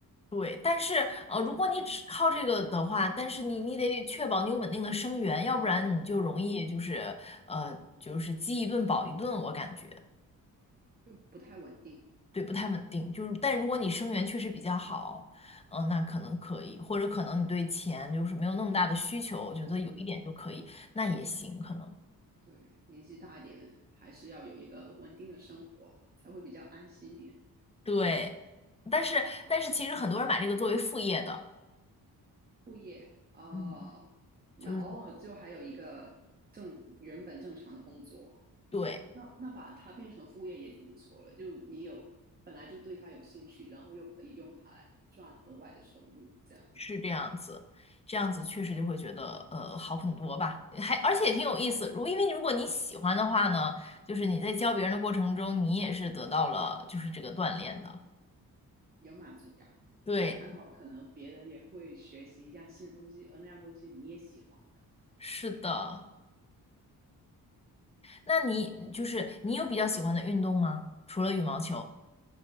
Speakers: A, on the left (about 15°); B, on the right (about 25°).
A: 对，但是呃，如果你只靠这个的话，
B: 嗯，
A: 但是你你得确保你有稳定的生源，要不然你就容易就是呃就是饥一顿饱一顿，
B: 嗯
A: 我感觉
B: 就不太稳定。
A: 对不太稳定。就是但如果你生源确实比较好，嗯、那可能可以，或者可能你对钱就是没有那么大的需求，我觉得有一点就可以，
B: 嗯，
A: 那也行，可能。
B: 对，年纪大一点还是要有一个稳定的生活，才会比较安心一点。
A: 对，但是但是其实很多人买这个作为副业的，
B: 副业哦，
A: 嗯，
B: 那偶尔就还有一个正原本正常的工作，
A: 就是对，
B: 那那把它变成副业也挺不错了。就你有本来就对它有兴趣，然后又可以用它来赚额外的收入，这样子，
A: 是这样子，这样子确实就会觉得呃好很多吧，还而且也挺有意思。如因为如果你喜欢的话呢，就是你在教别人的过程中，
B: 嗯
A: 你也是得到了就是这个锻炼的。
B: 有满足感。
A: 对，
B: 就看到可能别人也会学习一样新的东西，而那样东西你也喜欢的。
A: 是的。那你就是你有比较喜欢的运动吗？除了羽毛球，